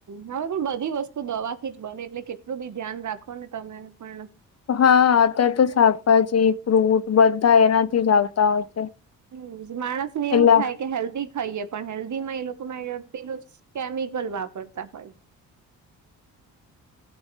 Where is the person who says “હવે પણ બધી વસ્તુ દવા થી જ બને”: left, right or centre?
Right